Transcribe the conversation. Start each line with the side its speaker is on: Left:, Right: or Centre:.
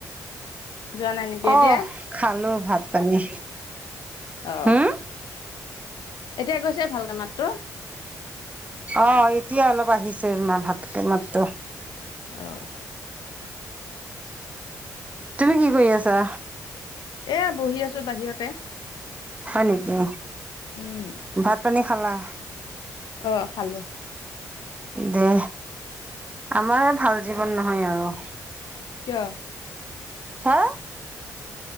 Left: যোৱা নাই নেকি এতিয়া
Right: অ খালো ভাত পানী।
Left: অ
Right: হম
Left: এতিয়া গৈছে ভালকে মাততো?
Right: অ এতিয়া অলপ আহিছে। মা ভাতকে মাতো।
Left: অহ।
Right: তুমি কি কৰি আছা?
Left: এ বহি আছো বাহিৰতে।
Right: হয় নেকি?
Left: উম।
Right: ভাত পানী খালা।
Left: অ খালো।
Right: দে আমাৰ ভাল জীৱন নহয় আৰু
Left: কিয়?
Right: হা